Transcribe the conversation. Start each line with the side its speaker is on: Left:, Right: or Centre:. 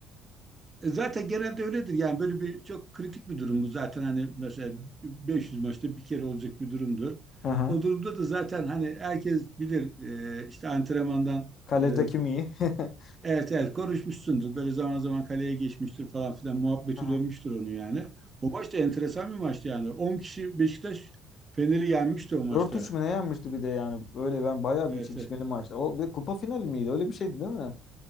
Right: E, Zaten genelde öyledir. Yani böyle bir çok kritik bir durum bu. Zaten hani mesela 500 maçta bir kere olacak bir durumdur.
Left: Aha.
Right: O durumda da zaten hani herkes bilir e, işte antrenmandan
Left: Kalede
Right: e,
Left: kim iyi? <laughs>
Right: evet evet konuşmuşsundur. Böyle zaman zaman kaleye geçmiştir falan filan muhabbeti
Left: Aha.
Right: dönmüştür onun yani. O maç da enteresan bir maçtı yani. 10 kişi Beşiktaş Fener'i yenmişti o maçta.
Left: 4-3 mü ne yenmişti bir de yani. Böyle ben bayağı
Right: Evet.
Left: bir çekişmeli
Right: evet.
Left: maçtı. O bir de kupa finali miydi? Öyle bir şeydi değil mi?